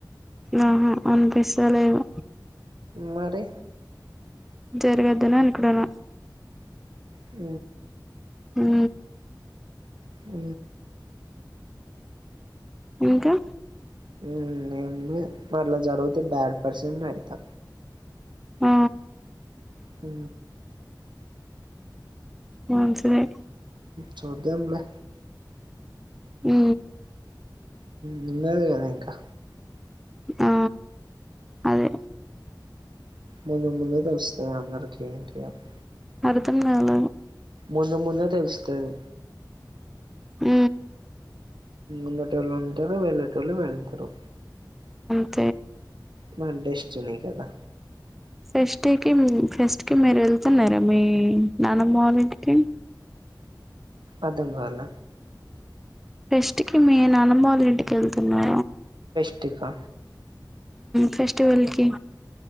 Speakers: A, in the centre; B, on the right.
A: ఆహా అనిపిస్తడలేదు
B: మరి
A: జరగదుని అను కూడాడ
B: ఆ
A: హ
B: ఆ
A: ఇంకా
B: ఏ మరళ జరుగుతే బ్యాడ్ పర్సన్ అయితా
A: ఆ
B: అ
A: మంచిదే
B: చూదాంలే
A: ఉ
B: నిన్నది నీకా
A: ఆ అదే
B: మూందు మూంద తెలుస్తది అందరికి ఆంటీఆని
A: అర్ధం నల
B: ముందు ముందు తెలుస్తారు
A: హ
B: ఉన్నట వాళ్ళు ఉంటారు వెళ్ళేట వాళ్ళు వెళ్తారు
A: అ
B: మన దిష్టినీ కదా
A: ఫస్ట్కి ఫస్ట్ కి మీరు వెళ్తున్నారా మీ నాన్నమలుంటికి
B: అథం కాల
A: ఫెస్ట్ కి మీ నాన్నబాళ ఇంటికి వెళ్తు ఉన్నా
B: అఫటికా
A: ఫెస్టివల్కి